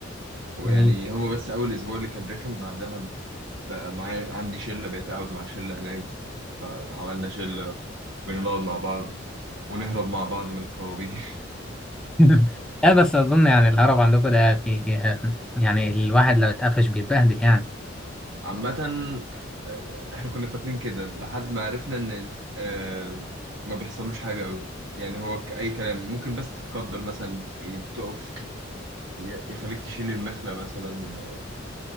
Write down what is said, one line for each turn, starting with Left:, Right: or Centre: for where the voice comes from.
Right: ويعني
Centre: جميل
Right: هو بس أول أسبوع اللي كان رخم بعدها بقى معايا عندي شلة بقيت أقعد مع شلة هناك عملنا شلة بنقعد مع بعض ونهرب مع بعض من الطوابير
Centre: <laughs> لا بس اظن يعني الهرب عندكم ده في يعني الواحد لو اتقفش بيتبهدل يعني
Right: <laughs> عامة آه، احنا كنا فاكرين كده لحد ما عرفنا ان ال- آه، ما بيحصلوش حاجة قوي يعني هو ك- اي كلام ممكن بس تتقدر مثلا ي- تقف ي- يخليك تشيل المخلة مثلا